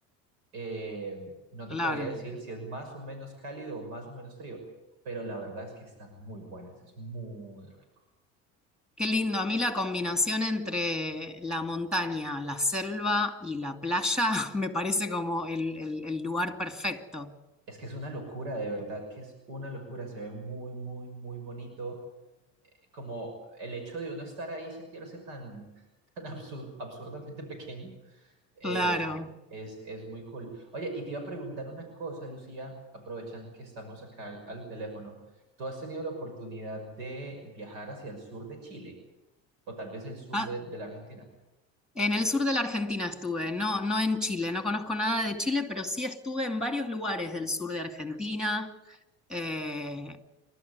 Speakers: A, on the right (about 85°); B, in the centre.
A: Eh, no te
B: claro.
A: podría decir si es más o menos cálido o más o menos frío, pero la verdad es que están muy buenas, es muy rico.
B: Qué lindo, a mí la combinación entre la montaña, la selva y la playa <laughs> me parece como el, el- el lugar perfecto.
A: Es que es una locura, de verdad que es una locura, se ve muy, muy, muy bonito. Como el hecho de uno estar ahí y sentirse tan, <laughs> tan absur- absurdamente pequeño, eh,
B: Claro.
A: es, es muy cool. Oye, y te iba a preguntar una cosa, Lucía, aprovechando que estamos acá al, al teléfono. ¿Tú has tenido la oportunidad de viajar hacia el sur de Chile o tal vez el sur
B: Ah,
A: de, de la Argentina?
B: en el sur de la Argentina estuve, no, no en Chile, no conozco nada de Chile, pero sí estuve en varios lugares del sur de Argentina, eh,